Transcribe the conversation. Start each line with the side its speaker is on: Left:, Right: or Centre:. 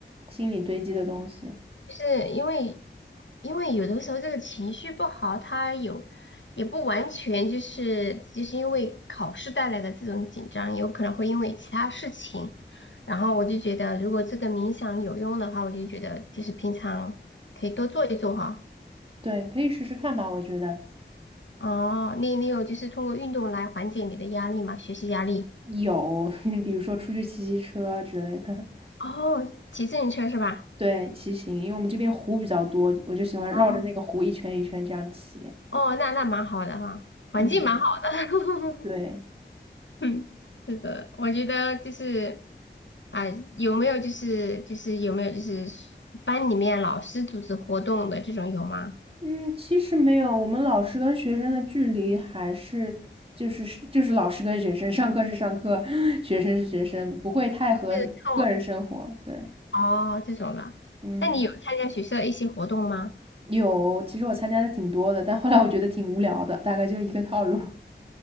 Right: 心理堆积的东西。
Left: 是因为，因为有的时候这个情绪不好，他有也不完全就是就是因为考试带来的这种紧张，有可能会因为其他事情。然后我就觉得，如果这个冥想有用的话，我就觉得就是平常可以多做一做哈。
Right: 对，可以试试看吧，我觉得
Left: 哦，你你有就是通过运动来缓解你的压力嘛？学习压力？
Right: 有，<laughs> 比如说出去骑骑车之类的。
Left: 哦，骑自行车是吧？
Right: 对，骑行，因为我们这边湖比较多，我就喜欢绕着那个湖一圈一圈这样骑。
Left: 哦哦，那那蛮好的哈，环境蛮好的。
Right: 嗯，对，
Left: <laughs> <laughs> 嗯，是的，我觉得就是啊、有没有就是就是有没有就是班里面老师组织活动的这种有吗？
Right: 嗯，其实没有，我们老师跟学生的距离还是就是是就是老师跟学生，上课是上课，<laughs> <sucks teeth> 学生是学生，不会太和个人生活。
Left: 是课我
Right: 对，
Left: 哦这种的，
Right: 嗯，
Left: 那你有参加学校的一些活动吗？
Right: 有，其实我参加的挺多的，但后来我觉得挺无聊的，大概就一个套路。<laughs>